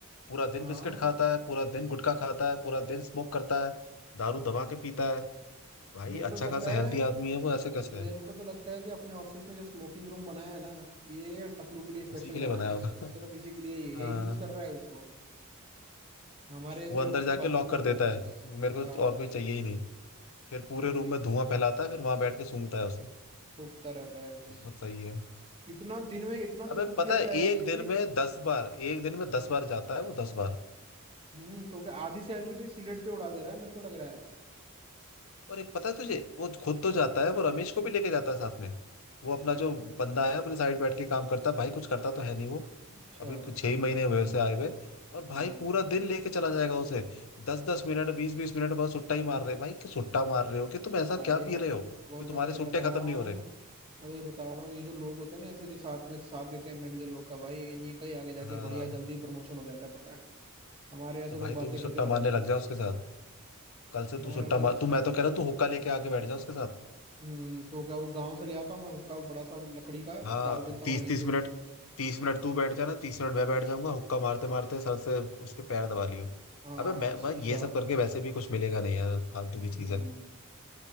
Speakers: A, on the left; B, on the right.
A: पूरा दिन
B: हाँ
A: बिस्किट खाता है पूरा दिन गुटखा खाता है पूरा दिन स्मोक करता है दारू
B: तो क्या
A: दबा के पीता है भाई
B: मेरे को
A: अच्छा
B: तो लगता
A: खासा हेल्दी
B: है
A: आदमी है वो ऐसे कैसे
B: मेरे
A: है
B: को तो लगता है कि अपने ऑफिस में जो स्मोकिंग रूम बनाया है ना ये टकलू के लिए स्पेशल
A: उसी के
B: बनाया
A: लिए बनाया
B: है
A: होगा
B: सिर्फ
A: <laughs>
B: इसी के लिए ये-
A: हाँ
B: यही यूज कर रहा है उसको हमारे ऐसे
A: वो
B: लोग
A: अंदर
B: के
A: जाके
B: लिए बाथरूम
A: लॉक कर
B: बनाया
A: देता
B: है बस
A: है मेरे
B: बस
A: को तो और कोई चाहिए ही नहीं फिर पूरे
B: वही
A: रूम में धुआं फैलाता है फिर वहां बैठ के सूंघता है उसे
B: फूकता रहता है बस
A: बहुत सही है
B: इतना दिन में इतना तो
A: अबे
B: फूक
A: पता
B: लेता
A: है
B: है
A: एक
B: ये कि
A: दिन में दस बार एक दिन में दस बार जाता है वो दस बार
B: हम्म तो क्या आधी सैलरी तो ये सिगरेट पे उड़ा दे रहा है मेरे को लग रहा है
A: और एक पता है तुझे वो खुद तो जाता है वो रमेश को भी लेके जाता है साथ में वो अपना जो बंदा है अपने साइड बैठ के काम करता है भाई कुछ करता तो है नहीं वो
B: अच्छा
A: अभी कुछ छह ही महीने हुए उसे आए हुए और भाई
B: हाँ
A: पूरा दिन लेके चला जाएगा उसे दस दस मिनट बीस बीस मिनट बाद सुट्टा ही मार रहे भाई कि सुट्टा मार रहे हो कि तुम ऐसा
B: भाई
A: क्या पी
B: मैं
A: रहे हो
B: और
A: जो तुम्हारे
B: मैं तुझे
A: सुट्टे
B: बता
A: खत्म
B: रहा
A: नहीं
B: हूँ
A: हो रहे
B: मैं तुझे बता रहा हूँ ये जो लोग होते हैं ना ऐसे जो साथ में साथ देते हैं मैनेजर लोग का भाई इन्हीं का ही आगे जाके
A: हाँ
B: बढ़िया जल्दी प्रमोशन हो जाता है पता है हमारे ऐसे
A: तो भाई
B: लोग बातें
A: तू भी सुट्टा
B: करते रह
A: मारने
B: जाते
A: लग
B: हैं
A: जा उसके साथ कल से तू
B: मैं
A: सुट्टा
B: भी
A: मार
B: उस-
A: तू मैं तो कह रहा हूँ तू हुक्का लेके आके बैठ जा उसके साथ
B: हम्म तो क्या वो गांव से ले आता हूँ मैं हुक्का बड़ा सा लकड़ी का
A: हाँ
B: डाल देता
A: तीस
B: हूँ वहीं
A: तीस
B: पे
A: मिनट तीस मिनट तू बैठ जाना तीस मिनट मैं बैठ जाऊंगा हुक्का मारते मारते सर से उसके पैर दबा लियो
B: हाँ
A: अबे मैं
B: शीशा
A: भाई ये सब करके वैसे भी कुछ मिलेगा नहीं यार फालतू की चीज
B: हम्म
A: है